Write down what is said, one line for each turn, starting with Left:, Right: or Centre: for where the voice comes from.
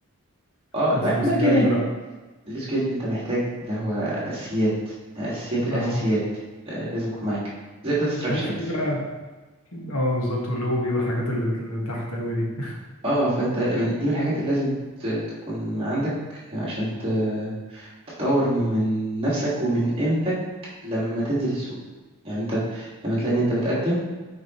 Right: اه بقى-
Left: بس الاس
Right: لا
Left: كيو
Right: كده
Left: ال يعني
Right: يعني
Left: لا
Right: السكيل اللي انت محتاج ده هو اساسيات اساسيات الاساسيات
Left: اه
Right: آه، لازم يكون معاك زي الداتا ستراكشر
Left: هل في
Right: مثلا
Left: بقى اه بالظبط والاو بي والحاجات اللي اللي تحت أوي دي
Right: اه فانت من دي من الحاجات اللي لازم ت- تكون عندك عشان ت تطور من نفسك ومن قيمتك لما تنزل السوق يعني انت لما تلاقي ان انت بتقدم